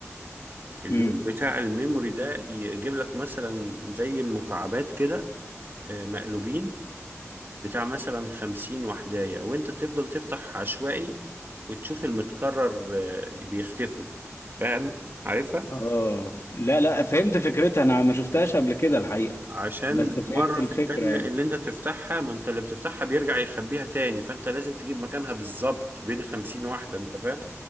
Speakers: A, on the right; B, on the left.
A: اليوم
B: امم
A: بتاع الميموري ده يجيب لك مثلا زي مكعبات كده آه، مقلوبين بتاع مثلا خمسين وحداية وانت تفضل تفتح عشوائي وتشوف المتكرر آه، بيختفوا فاهم عارفها
B: اه لا لا فهمت فكرتها انا ما شفتهاش قبل كده الحقيقة
A: عشان
B: بس فهمت
A: مرة
B: الفكرة
A: في التانية
B: يعني
A: اللي انت تفتحها ما انت اللي بتفتحها بيرجع يخبيها تاني فانت لازم تجيب مكانها بالظبط بين خمسين واحدة انت فاهم